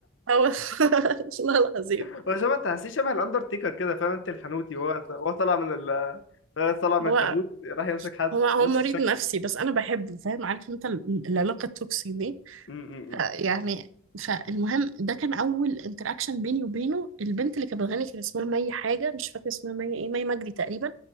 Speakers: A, on the right (about 70°); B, on the left (about 65°).
A: هو <laughs> والله العظيم
B: <laughs> هو شبه تحسيه شبه الاندرتيكر كده فاهم انت الحنوتي وهو وهو طالع من ال طالع من
A: هو
B: التابوت راح يمسك حد
A: هو هو
B: نفس
A: مريض
B: الشكل
A: نفسي بس انا بحبه فاهم عارف انت ال- العلاقه التوكسي دي
B: م- م-
A: ف-
B: م.
A: يعني فالمهم ده كان اول انتراكشن بيني وبينه البنت اللي كانت بتغني كان اسمها مي حاجه مش فاكره اسمها مي ايه مي مجدي تقريبا